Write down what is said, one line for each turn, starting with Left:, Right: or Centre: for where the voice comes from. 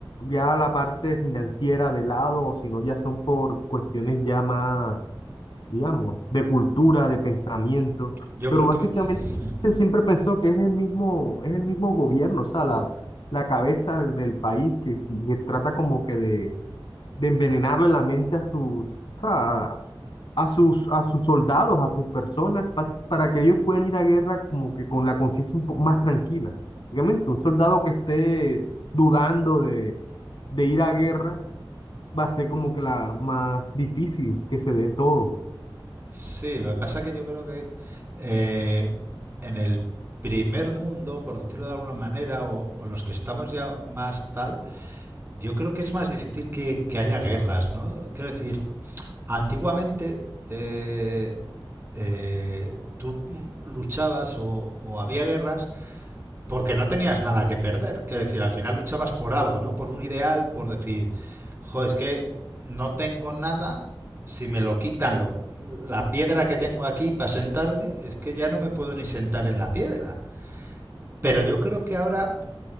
Left: ya la parte financiera de lado, o si no ya son por cuestiones ya más, digamos, de cultura, de pensamiento,
Right: Yo
Left: pero
Right: creo
Left: básicamente
Right: que... <laughs>
Left: siempre pensó que es el mismo, es el mismo gobierno, o sea, la, la cabeza del país que, que trata como que de, de envenenarle la mente a sus sea, a, a sus, a sus soldados, a sus personas, pa- para que ellos puedan ir a guerra como que con la conciencia un poco más tranquila. Obviamente, un soldado que esté dudando de, de ir a guerra va a ser como que la más difícil que se dé todo.
Right: Sí, lo que pasa es que yo creo que eh, en el primer mundo, por decirlo de alguna manera, o, o los que estamos ya más tal, Yo creo que es más difícil que, que haya guerras, ¿no? Quiero decir, antiguamente eh, eh, tú mm, luchabas o, o había guerras porque no tenías nada que perder. Quiero decir, al final luchabas por algo, ¿no? Por un ideal, por decir, jo, es que no tengo nada, si me lo quitan lo, la piedra que tengo aquí para sentarme, es que ya no me puedo ni sentar en la piedra. Pero yo creo que ahora